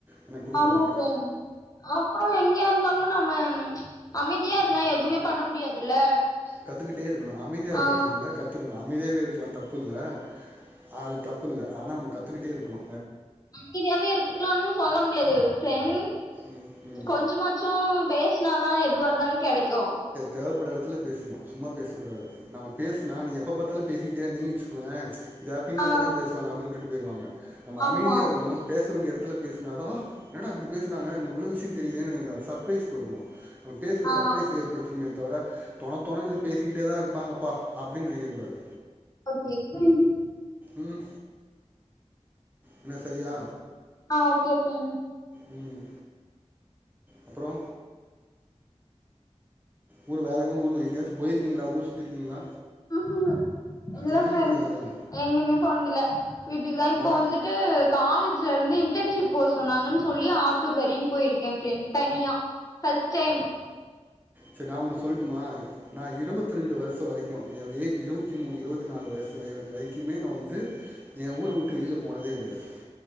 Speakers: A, on the right; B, on the left.
A: எனக்கு கொடுக்குறாங்க
B: ஆமா ஃப்ரென் அப்போ நீங் இங்யா இருந்தாலு நம்ம அமைதியா இருந்தா எதுமே பண்ண முடியாதுல்ல
A: கத்துக்கிட்டே இருக்குணு அமைதியா இருக்குறது
B: ஆ
A: இல்ல கத்துக்குனு அமைதியாவே இருக்குலா தப்புல்ல அது தப்புல்ல ஆனா நம்ம கத்துகிட்டே இருக்குணு
B: அமைதியாவே இருக்குலானு சொல்ல முடியாது ஃப்ரென்
A: ம் ம்
B: கொஞ்சமாச்சோ பேஸ்னா தா எதுவா இருந்தாலுங் கெடைக்கு
A: தேவப்பட்ற எடத்துல பேஸ்ணு சும்மா பேசக்கூடாது நம்ம பேஸ்னா நீ எப்ப பாத்தாலு பேசிக்கிட்டே இருந்திங் சொல்லே இத எப்பியுமே
B: ஆ
A: அப்டித்தா பேஸ்வாங்க அப்டியே உட்டுட்டு பொய்டுவாங்க நம்ப
B: ஆமா
A: அமிதியா இருக்குனு பேச வேண்டிய எடத் துல பேஸ்னாதா என்னடா இப்டி பேசுறாங்க இவ்ங்ளுக்கு விஷ்யம் தெரியுதே என்னடா சர்ப்ரைஸ் குடுக்கணு நம்ம பேச
B: ஆ
A: சப் ப்ரைச ஏற்படுத்துனுமேத் தவர தொணத்தொணனு இது பேசிக்கிட்டே தா இருப்பாங்கப்பா அப்டின் நெனைக்கக் கூடாது
B: ஓகே ஃப்ரண்ட்
A: உம் என்ன சரியா
B: ஆ ஓகே ஓகேங்
A: ம் அப்றோ ஊரு வேறெங்கா ஊர்ல எங்காச்சு போயிருக்கீங்களா ஊர் சுத்திருக்கீங்களா
B: ம்ஹு இல்ல
A: எங்கேயு
B: ஃப்ரெண்ட்
A: போனதில்லையா
B: எங்கியுமே போனதில்ல வீட்டுக்குதான் இப்ப
A: நா
B: வந்துட்டு காலேஜ்ல இருந்து இன்டென்ஷிப் போ சொன்னாங்னு சொல்லி ஆத்தூர் வரியும் போயிருக்கேன் ஃப்ரெண்ட் தனியா ஃபஸ்ட் டைம்
A: செரி நா ஒண்ணு சொல்ட்டுமா நா இருவத்து ரெண்டு வருஷ வரைக்கு ம் ஏ ஏஜ் இருவத்தி மூணு இருவத்து நாலு வயசு வைக்குமே நா வந்து ஏ ஊரவுட்டு வெளில போனதே கெடயாது